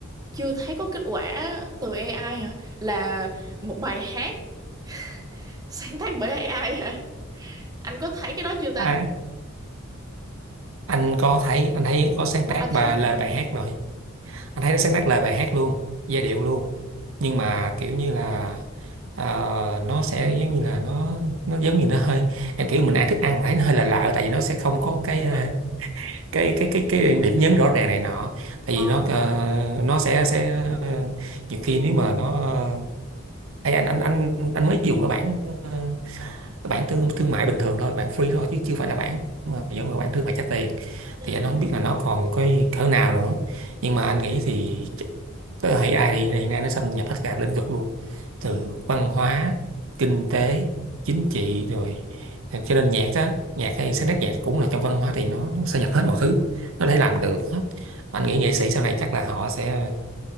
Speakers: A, on the right (about 20°); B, on the right (about 75°).
A: chưa thấy có kết quả từ AI hả? Là một bài hát <laughs> sáng tác bởi AI hả? Anh có thấy cái đó chưa ta?
B: à, anh có thấy anh thấy có sáng
A: Ủa,
B: tác
A: anh thấy
B: bài
A: rồi
B: lời
A: hả?
B: bài hát rồi anh thấy nó sáng tác lời bài hát luôn giai điệu luôn nhưng mà kiểu như là ờ, nó sẽ giống như là nó nó giống như nó hơi em kiểu mình ăn thức ăn mà thấy nó hơi là lạ lạ, tại vì nó sẽ không có
A: <laughs>
B: cái ờ, cái cái cái cái điểm nhấn rõ ràng này nọ tại
A: Ồ.
B: vì nó ờ, nó sẽ sẽ ờ, nhiều khi nếu mà nó ờ, Ê, anh anh anh anh mới dùng cái bản ờ, cái bản thương thương mại bình thường thôi bản free thôi chứ chưa phải là bản mà giống như bản thương mại trả tiền
A: Ừ.
B: thì anh không biết là nó còn cái cỡ nào nữa nhưng mà anh nghĩ thì tức là thấy AI thì hiện nay nó xâm nhập hết cả lĩnh vực luôn từ văn hóa kinh tế chính trị rồi à, cho nên nhạc á nhạc hay sáng tác nhạc cũng là trong văn hóa thì nó, nó xâm nhập hết mọi thứ nó có thể làm được hết anh nghĩ nghệ sĩ sau này chắc là họ sẽ